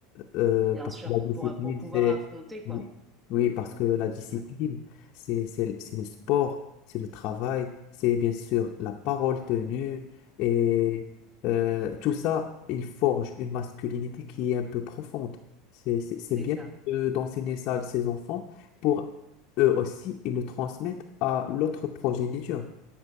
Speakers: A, on the left; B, on the right.
A: Euh,
B: bien
A: parce
B: sûr,
A: que la discipline,
B: pour, pour pouvoir
A: c'est...
B: affronter, quoi.
A: Oui, oui, parce que la discipline,
B: Ouais,
A: c'est, c'est, c'est le sport, c'est le travail, c'est bien sûr la parole tenue. Et euh, tout ça, il forge une masculinité qui est un peu profonde. C'est, c'est, c'est
B: c'est
A: bien
B: ça.
A: de- d'enseigner ça à ses enfants pour eux aussi, ils le transmettent à l'autre progéniture.